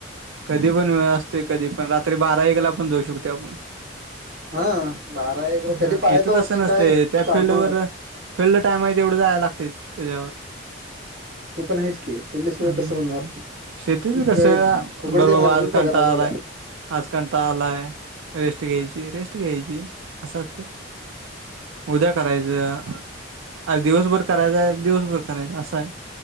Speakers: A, on the right (about 80°); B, on the right (about 50°).
A: कधी पण वेळ असतोय. कधी पण रात्री बारा एकला पण जाऊ शकतोय आपण.
B: हा बारा एकला कधी
A: हा.
B: पाहतो
A: इथ तसं
B: आपण
A: नसतए
B: काय
A: त्या
B: काम
A: फिल्डवर- फिल्ड टाइम आहे तेवढं जायला लागतेच त्याच्यावर.
B: ते पण आहेच की. फिल्डशिवाय
A: हम्म
B: कसं होणार?
A: शेतीच
B: ते
A: कसं
B: काय फुकट
A: बर
B: देणार
A: बाबा
B: आहे
A: आज
B: पगार
A: कंटाळा
B: आपल्याला
A: आलाय आजकाल कंटाळा आलाय रेस्ट घ्यायची रेस्ट घ्यायची असं असतय. उद्या करायचं आ दिवसभर करायचंय दिवसभर करायच असं आहे